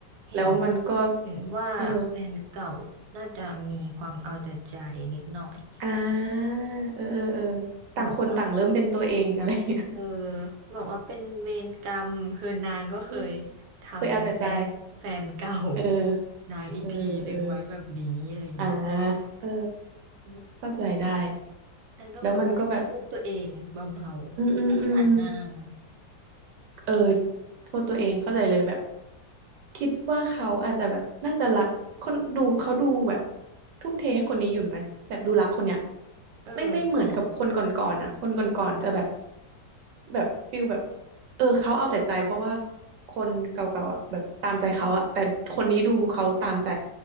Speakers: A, on the right (about 65°); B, on the right (about 80°).
A: เห็น
B: แล้วมันก็
A: เห็นว่าแฟนเก่าน่าจะมีความเอาแต่ใจนิดหน่อย
B: เอออ่าเออเออเออต่างคนต่างเริ่มเป็นตัวเอง
A: บอกว่า
B: <laughs> อะไรอย่างเงี้ย
A: เออบอกว่าเป็นเวรกรรม <laughs> คือนางก็เคย
B: อืม
A: ทำกับแฟนแฟนเก่า
B: เคยเอาแต่ใจเออ
A: นางอีกทีหนึ่งไว้แบบนี้อะไรเงี้ย
B: เออเอออ่าเออ
A: เออ
B: เข้าใจได้
A: นางก็แบบแอบโทษตัวเองเบาๆสงสารนาง
B: แล้วมันก็แบบอืมอืมอืม เออโทษตัวเองเข้าใจเลยแบบคิดว่าเขาอาจจะแบบน่าจะรักคนดูเขาดูแบบทุ่มเทให้คนนี้อยู่ไหมแบบดูรักคนเนี้ย
A: เออใช่
B: ไม่ไม่เหมือนกับคนก่อนๆอ่ะคนก่อนๆจะแบบแบบฟิลแบบเออเขาเอาแต่ใจเพราะว่าคนเก่าๆอ่ะแบบตามใจเขาอ่ะแต่คนนี้ดูเขาตามใจ